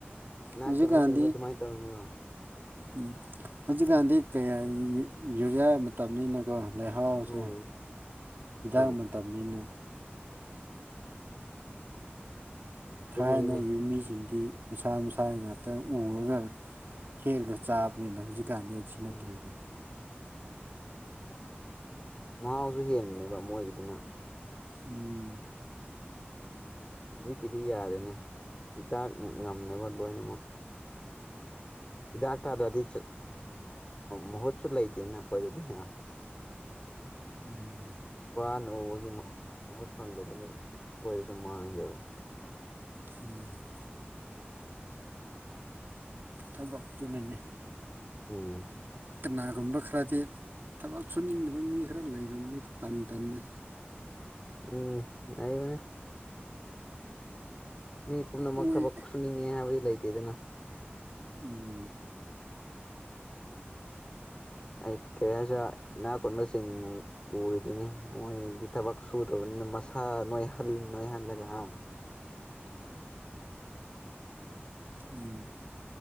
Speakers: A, on the left; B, on the right.
A: ꯏꯅꯥꯛ
B: ꯍꯧꯖꯤꯛꯀꯥꯟꯗꯤ
A: ꯈꯦꯝꯕꯁꯤꯡꯅꯤ ꯑꯗꯨꯃꯥꯏꯅ ꯇꯧꯔꯅꯤꯉꯣ
B: ꯎꯝ ꯍꯧꯖꯤꯛꯀꯥꯟꯗꯤ ꯀꯌꯥ ꯌꯨꯔꯤꯌꯥ ꯃꯇꯝꯅꯤꯅ ꯀꯣ ꯂꯩꯍꯥꯎꯁꯦ
A: ꯎꯝ
B: ꯍꯤꯗꯥꯛ
A: ꯍꯣꯏ
B: ꯃꯇꯝꯅꯤꯅ ꯊꯥꯏꯅꯈꯤꯕ
A: ꯑꯗꯨꯒꯤꯅꯤꯅꯦ
B: ꯃꯤꯁꯤꯡꯗꯤ ꯃꯁꯥ ꯃꯁꯥ ꯉꯥꯛꯇꯪ ꯎꯔꯒ ꯍꯦꯜꯂꯒ ꯆꯥꯕꯅꯤꯅ ꯍꯧꯖꯤꯛꯀꯥꯟꯗꯤ ꯁꯤ ꯅꯠꯇ꯭ꯔꯦꯕ
A: ꯎꯝ ꯃꯍꯥꯎꯁꯨ ꯍꯦꯟꯕꯅꯦꯕ ꯃꯣꯢꯒꯤꯗꯨꯅ
B: ꯎꯝ
A: ꯍꯧꯖꯤꯛꯀꯤꯗꯤ ꯌꯥꯔꯦꯅꯦ ꯍꯤꯗꯥꯛꯅ ꯉꯝꯃꯦꯕ ꯂꯣꯏꯅꯃꯛ ꯍꯤꯗꯥꯛ ꯇꯥꯗ꯭ꯔꯗꯤ ꯃꯍꯨꯠꯁꯨ ꯂꯩꯇꯦꯅ ꯑꯩꯈꯣꯏꯗꯗꯤ ꯑ
B: ꯎꯝ
A: ꯋꯥꯅ ꯎꯕꯒꯤ ꯃꯍꯨꯠ ꯐꯪꯗ꯭ꯔꯗꯤ ꯑꯃꯨꯛ ꯀꯣꯏꯗꯁꯨꯨꯝ ꯃꯥꯡꯗꯦꯕ
B: ꯎꯝ ꯊꯕꯛ ꯇꯨꯅꯅꯦ
A: ꯎꯝ
B: ꯀꯅꯥꯒꯨꯝꯕ ꯈꯔꯗꯤ ꯊꯕꯛ ꯁꯨꯅꯤꯡꯗꯕ ꯃꯤ ꯈꯔ ꯂꯩꯔꯕꯅꯤꯅ ꯇꯟ ꯇꯟꯅ
A: ꯎꯝ ꯂꯩꯕꯅꯦ ꯃꯤ ꯄꯨꯝꯅꯃꯛ
B: ꯃꯣꯏ
A: ꯊꯕꯛ ꯁꯨꯅꯤꯡꯉꯦ ꯍꯥꯏꯕꯗꯤ ꯂꯩꯇꯦꯗꯅ
B: ꯎꯝ
A: ꯑꯩ ꯀꯔꯤ ꯍꯥꯏꯁꯤ ꯏꯅꯥꯛ ꯈꯨꯨꯟꯕꯁꯤꯡ ꯎꯔꯤꯗꯨꯅꯦ ꯃꯣꯏꯗꯤ ꯊꯕꯛ ꯁꯨꯗ꯭ꯔꯕꯅꯤꯅ ꯃꯁꯥ ꯅꯣꯏꯍꯜ ꯅꯣꯏꯍꯜꯂꯒ ꯍꯥ
B: ꯎꯝ